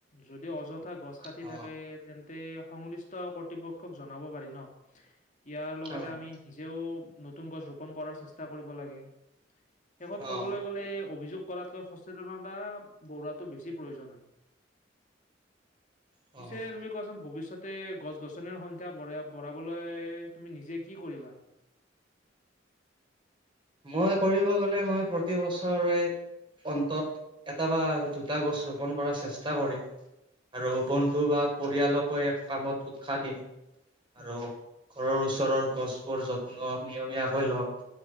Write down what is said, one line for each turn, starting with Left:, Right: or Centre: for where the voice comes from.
Left: যদি অযথ কথা গছ কাটি
Right: অ'।
Left: থাকে তেন্তে সংলিষ্ট কৰ্তৃপক্ষক জনাব পাৰি ন। ইয়াৰ লগতে
Right: অ',
Left: আমি নিজেও নতুন গছ ৰোপন কৰাৰ চেষ্টা কৰিব লাগে। শেষত
Right: অ',
Left: ক'বলৈ গ'লে অভিযোগ কৰাতকৈ সচেতনতা বঢ়োৱাটো বেছি প্ৰয়োজন হয়।
Right: অ',
Left: পিছে তুমি কোৱাচোন ভৱিষ্যত তে গছ গছনিৰ সংখ্যা বঢ়াবলৈ তুমি নিজে কি কৰিবা? <inaudible>
Right: মই কৰিব গলে মই প্ৰতি বছৰে অন্তত এটা বা দুটা গছ ৰোপন কৰ চেষ্টা কৰিম।
Left: উম,
Right: আৰু বন্ধু বা পৰিয়ালকো কামত উৎসাহ দিম
Left: উম,
Right: আৰু ঘৰৰ ওচৰৰ গছবোৰ যত্ন নিয়মীয়াকৈ লম